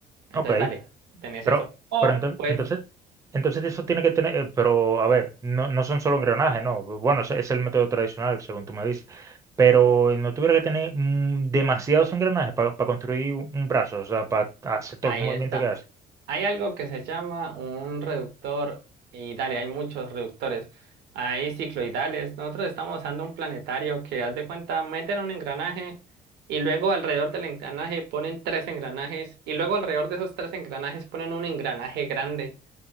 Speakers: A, on the right (about 75°); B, on the right (about 20°).
A: Entonces
B: Ok,
A: dale, tenés
B: pero,
A: eso. O
B: pero enton-
A: puedes
B: entonces, entonces eso tiene que tener, eh, pero a ver, no, no son solo engranajes, no. Bueno, ese es el método tradicional, según tú me dices, pero eh, no tuviera que tener mm, demasiados engranajes para construir un un brazo, o sea, para hacer todos
A: Ahí
B: los movimientos
A: está.
B: que hace.
A: Hay algo que se llama un reductor, y dale, hay muchos reductores. Hay cicloidales. Nosotros estamos usando un planetario que, haz de cuenta, meten un engranaje y luego alrededor del engranaje ponen tres engranajes y luego alrededor de esos tres engranajes ponen un engranaje grande.